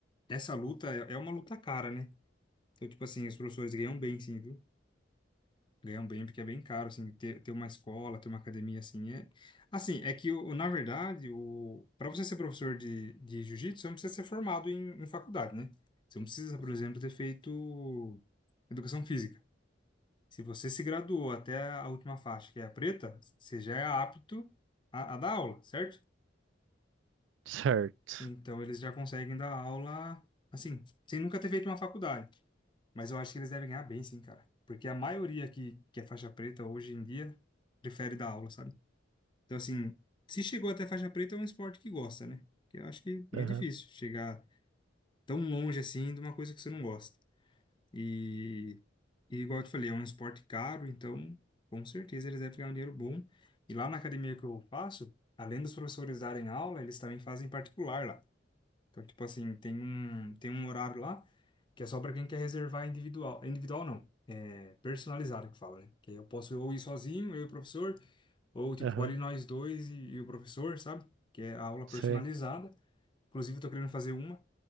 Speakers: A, on the left (about 25°); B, on the right (about 85°).
A: essa luta é, é uma luta cara, né? Então, tipo assim, os professores ganham bem, sim, viu? Ganham bem porque é bem caro, assim, ter, ter uma escola, ter uma academia, assim, é... Assim, é que, o, na verdade, o... para você ser professor de, de jiu-jitsu, você não precisa ser formado em, em faculdade, né? Você não precisa, por exemplo, ter feito educação física. Se você se graduou até a última faixa, que é a preta, você já é apto a, a dar aula, certo?
B: <laughs> Certo.
A: Então, eles já conseguem dar aula, assim, sem nunca ter feito uma faculdade. Mas eu acho que eles devem ganhar bem, sim, cara. Porque a maioria que, que é faixa preta hoje em dia prefere dar aula, sabe? Então, assim, se chegou até faixa preta, é um esporte que gosta, né? Que eu acho que é
B: Aham,
A: meio difícil chegar tão longe assim de uma coisa que você não gosta. E, e igual eu te falei, é um esporte caro, então com certeza eles devem ganhar um dinheiro bom. E lá na academia que eu faço, além dos professores darem aula, eles também fazem particular lá. Então, tipo assim, tem um, tem um horário lá que é só para quem quer reservar individual. Individual não, é personalizado que fala, né? Que aí eu posso ou ir sozinho, eu e o professor, ou tipo,
B: aham.
A: pode ir nós dois e, e o professor, sabe? Que é a aula
B: Sei.
A: personalizada. Inclusive, eu tô querendo fazer uma.